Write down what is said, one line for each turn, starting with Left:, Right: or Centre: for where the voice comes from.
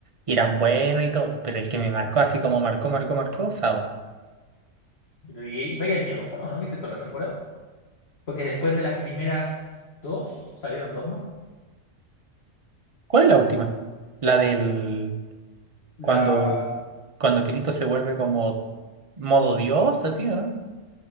Right: y eran buenos y todo, pero el que me marcó así como marcó, marcó, marcó, Sao.
Left: Y, y vaya el Diego Gonzalo, ¿no? ¿Viste toda la temporada? Porque después de las primeras dos salieron dos más.
Right: ¿Cuál es la última? La del
Left: La,
Right: cuando, cuando Kirito se vuelve como modo dios, así, ¿o no?